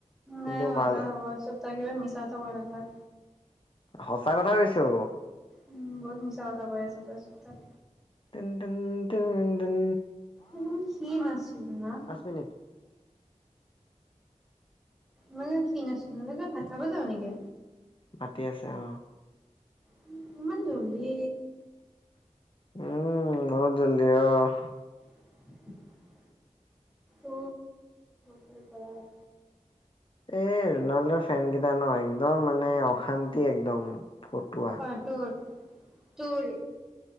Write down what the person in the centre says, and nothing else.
নাই হোৱা
তই হব চুপথাকিয়ে মিছা কথা কৈ নাথাক।
উম বহুত মিছা কথা কৈ আছ তই চুপথাক।
ইমান খিন আছিলো না।
মই ও খিন আছিলো অ তই ভাত খাব জাও নেকি।
উম ইমান জলদি।
<unintelligible> অহ হইটো ভাত।
হয়টো। তোৰ।